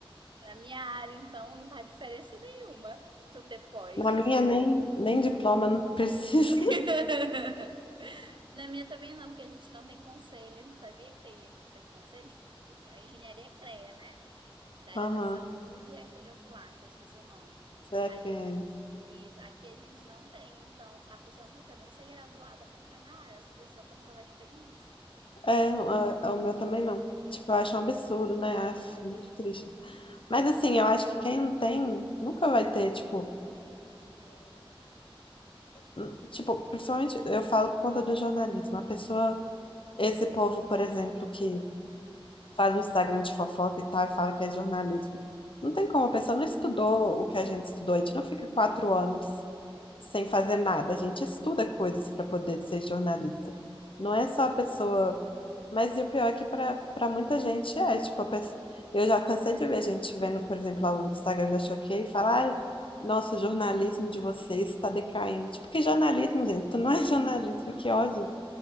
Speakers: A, on the right; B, on the left.
A: na minha área, então, não faz diferença nenhuma. Tu depois.
B: Na minha nem, nem diploma não precisa.
A: <laughs> Na minha também não, porque a gente não tem conselho. Sabia que tem gente que não tem conselho? Tipo, a engenharia é CREA, né? da área
B: <laughs> Aham,
A: da saúde e aquele outro lá, que eu esqueci o nome.
B: CFM.
A: Aí, isso, aqui a gente não tem, então a pessoa não precisa nem ser graduada para entrar na área, só precisa comprovar a experiência.
B: É, o, o meu também não. Tipo, eu acho um absurdo,
A: Eu
B: né?
A: também
B: Acho
A: acho.
B: muito triste. Mas assim, eu acho que quem não tem nunca vai ter, tipo, hum, tipo, principalmente eu falo por conta do jornalismo. A pessoa, esse povo, por exemplo, que faz um Instagram de fofoca e tal, e fala que é jornalismo. Não tem como, a pessoa não estudou o que a gente estudou, a gente não fica quatro anos sem fazer nada, a gente estuda coisas para poder ser jornalista. Não é só a pessoa. Mas e o pior é que para para muita gente é, tipo, a pessoa... eu já cansei de ver gente vendo, por exemplo, lá o Instagram da Choquei e falar, ai, nossa, o jornalismo de vocês está decaindo. Tipo, que jornalismo, gente? Tu não é jornalismo, que
A: Não
B: ódio
A: é,